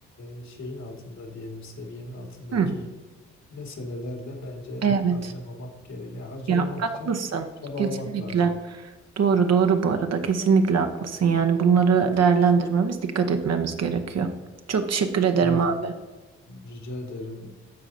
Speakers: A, on the left; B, on the right.
A: e, şeyin altında diyelim seviyenin altındaki
B: Hı.
A: meselelerle bence
B: Evet.
A: harcamamak gerek. Yani harcamamak
B: Ya haklısın.
A: için çabalamak
B: Kesinlikle.
A: lazım.
B: Doğru doğru bu arada. Kesinlikle haklısın. Yani bunları değerlendirmemiz, dikkat etmemiz gerekiyor. Çok teşekkür ederim
A: Evet.
B: abi.
A: Rica ederim.